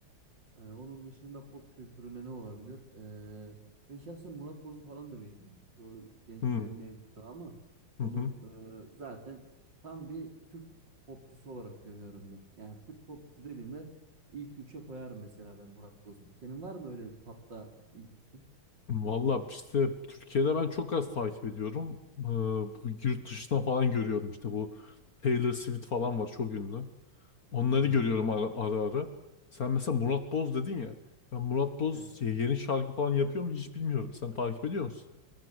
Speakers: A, on the right (about 55°); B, on the left (about 45°).
A: Ee, onun dışında pop kültüründe ne olabilir? Ee, ben şahsen Murat Boz'u falan da beğeniyorum. Çoğu genç
B: hmm,
A: beğenmeyebiliyor ama onun
B: hı hı.
A: e, zaten tam bir Türk popçusu olarak görüyorum ben. Yani Türk popçusu dediğimde ilk üçe koyarım mesela ben Murat Boz'u. Senin var mı öyle bir tapta ilk üçün
B: Valla
A: Türkiye için?
B: işte Türkiye'de ben çok az takip ediyorum. Ee, bu yurt dışına falan görüyorum işte bu Taylor Swift falan var çok ünlü. Onları
A: Hmm,
B: görüyorum
A: evet.
B: ara ara. ara. Sen mesela Murat Boz dedin ya. Ben Murat Boz
A: Evet.
B: ye- yeni şarkı falan yapıyor mu hiç bilmiyorum. Sen takip ediyor musun?